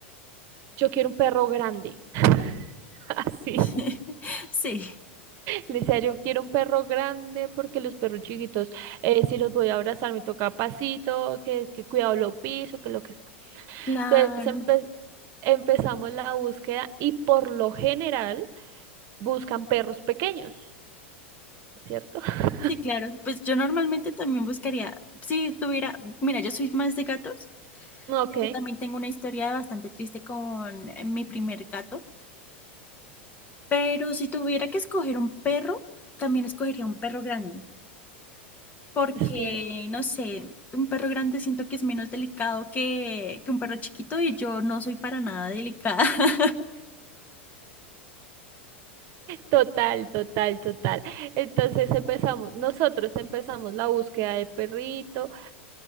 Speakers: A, on the right; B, on the left.
A: yo quiero un perro grande. <laughs> Así,
B: <laughs> Sí,
A: le decía, yo quiero un perro grande porque los perros chiquitos, eh, si los voy a abrazar, me toca pasito, que es que cuidado lo piso, que lo que sea.
B: Claro,
A: Entonces empecé. empezamos la búsqueda y por lo general buscan perros pequeños, ¿cierto? <laughs>
B: sí, claro. Pues yo normalmente también buscaría, si tuviera, mira, yo soy más de gatos.
A: Ok,
B: Yo también tengo una historia bastante triste con eh, mi primer gato, pero si tuviera que escoger un perro, también escogería un perro grande, porque,
A: es que
B: no sé, un perro grande siento que es menos delicado que, que un perro chiquito y yo no soy para nada delicada, <laughs>
A: total, total, total. Entonces empezamos, nosotros empezamos la búsqueda de perrito